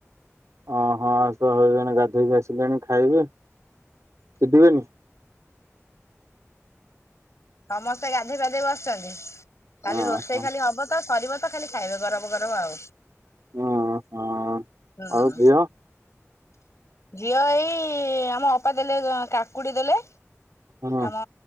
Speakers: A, on the right; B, on the left.
A: ଓହଁ ଆଶ୍ ତ ହେଇଗଣି ଗାଧେଇକି ଆସିଲେଣି ଖାଇବେ ଚିଡିବେନି।
B: ସମସ୍ତେ ଗାଧେଇ ପାଧେଇ ବସିଚନ୍ତି ଖାଲି
A: ହଁ
B: ରୋଷେଇ ଖାଲି ହବ ତ ସରିବ ତ ଖାଲି ଖାଇବେ ଗରମ ଗରମ ଆଉ।
A: ହଁ ହଁ।
B: ହୁଁ।
A: ଆଉ ଝିଅ
B: ଝିଅ ଏଇ ଆମ ଅପା ଦେଲେ କାକୁଡି ଦେଲେ
A: ହୁଁ
B: ଆମ